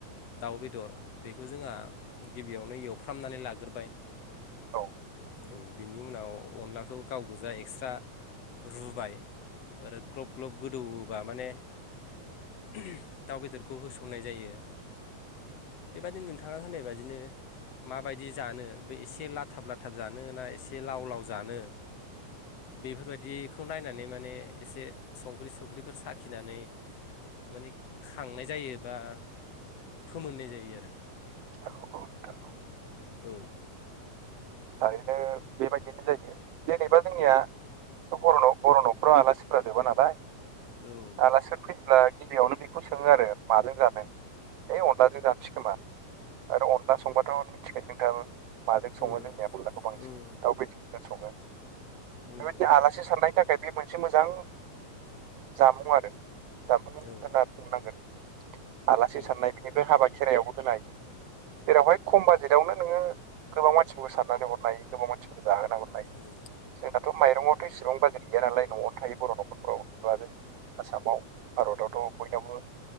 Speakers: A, on the left; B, on the right.
A: दाउ बेदर बेखौ जोंहा गिबियावनो एवफ्रामनानै लाग्रोबाय।
B: औ
A: औ बिनि उनाव अनलाखौ गाव गो जा एकस्रा रुबाय आरो ग्लब ग्लब गोदौओबा माने उमह दाउ बेदरखौ होसननाय जायो। बेबायदिनो नोंथांङा होननाय बायदिनो माबायदि जानो बे एसे लाथाब लाथाब जानो ना एसे लाव लाव जानो बेफोरबायदिखौ नायनानै माने एसे संख्रि संख्रिफोर साखिनानै माने खांनाय जायो बा फोमोननाय जायो आरो।
B: औ औ नोंथां औ
A: औ
B: थारैनो बेबायदिनो जायो। जेनेबा जोंनिया बर बर' न'खराव आलासिफोरा जोबा नालाय।
A: औ
B: दा सोर फैयोब्ला गिबियावनो बेखौ सोङो आरो माजों जानो? ओय अनलाजों जानोसै खोमा आरो अनला संबाथ' मिथिखायो नोंथांआबो? माजों सङो
A: औ उम
B: जोंनिया अनलाखौ बांसिन
A: उम
B: दाउ बेदरजों सङो‌।
A: उम
B: बेबायदि आलासि साननायनि थाखाय बे मोनसे मोजां जामुं आरो। जामुं होनना
A: औ
B: बुंनांगोन आलासि
A: औ
B: साननाय बेनिफ्राय हाबा खेराइयावबो होनाय जेरावहाय खम बाजेटावनो नोङो गोबां मानसिफोरखौ साननानै हरनाय हायो गोबां मानसिफोरखौ जाहोना हरनो हायो।
A: औ
B: जोंनाथ' माइरंआवथ' इसेबां बाजेट गैया नालाय न'आवनो थायो बर' न'खरफ्राव एबा जोंनि आसामाव भारतआवथ' बयनावबो